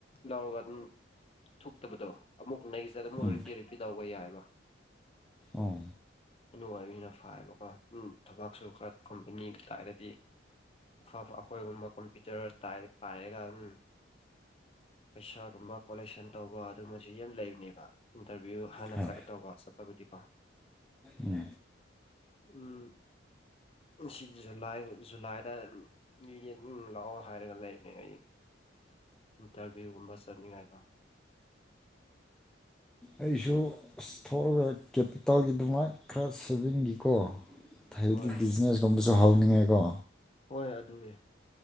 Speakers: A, on the left (about 30°); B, in the centre.
A: ꯂꯧꯔꯒ ꯑꯗꯨꯝ ꯊꯣꯛꯇꯕꯗꯣ ꯑꯃꯨꯛ ꯅꯁꯤꯗ ꯑꯃꯨꯛ
B: ꯎꯝ
A: ꯔꯤꯄꯤ ꯔꯤꯄꯤ ꯇꯧꯕ ꯌꯥꯏꯑꯕ
B: ꯑꯣ
A: ꯅꯨꯡꯉꯥꯏꯅ ꯐꯕꯀꯣꯝ ꯊꯕꯛꯁꯨ ꯈꯔ ꯈꯨꯝꯕꯤꯅꯤꯥꯏꯗꯗꯤ ꯑꯐ ꯑꯩꯈꯣꯏꯒꯨꯝꯕ ꯀꯝꯄ꯭ꯌꯨꯇꯔ ꯄꯥꯏꯔꯒ ꯎꯝ ꯄꯩꯁꯥꯒꯝꯕ ꯀꯣꯂꯦꯛꯁꯟ ꯇꯧꯕ ꯑꯗꯨꯨꯝꯕꯁꯤ ꯌꯥꯝ ꯂꯩꯕꯅꯦꯕ ꯏꯟꯇꯔꯚꯤꯌꯨ ꯍꯥꯟꯅ
B: ꯍꯥ
A: ꯆꯠꯀꯠꯇꯧꯕ ꯆꯠꯄꯕꯨꯗꯤꯀꯣ
B: ꯎꯝ
A: <inaudible> ꯎꯝ ꯁꯤ ꯖꯨꯂꯥꯏ ꯖꯨꯂꯥꯏꯗ ꯃꯤ ꯂꯥꯛꯑꯣ ꯍꯥꯏꯔꯒ ꯂꯩꯕꯅꯦ ꯑꯩ ꯏꯟꯇꯔꯚꯤꯌꯨꯒꯨꯝꯕ ꯆꯠꯅꯤꯡꯉꯥꯏ
B: ꯑꯩꯁꯨ ꯊ ꯀꯦꯄꯤꯇꯥꯜꯒꯤꯗꯃꯛ ꯈꯔ ꯁꯦꯚꯤꯡꯒꯤꯀꯣ ꯍꯥꯏꯗꯤ
A: ꯍꯣꯏ
B: ꯕꯤꯖꯤꯅꯦꯁꯀꯨꯝꯕꯁꯨ ꯑꯗꯨ ꯍꯧꯅꯤꯡꯉꯦꯀꯣ
A: ꯍꯣꯏ ꯑꯗꯨꯏ